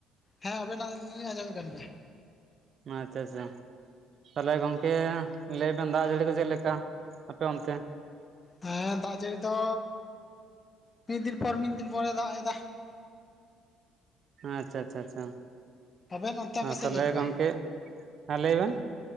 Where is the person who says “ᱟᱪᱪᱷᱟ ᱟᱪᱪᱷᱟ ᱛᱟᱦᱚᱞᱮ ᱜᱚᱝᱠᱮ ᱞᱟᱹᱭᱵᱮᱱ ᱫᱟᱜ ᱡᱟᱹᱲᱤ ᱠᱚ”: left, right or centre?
Right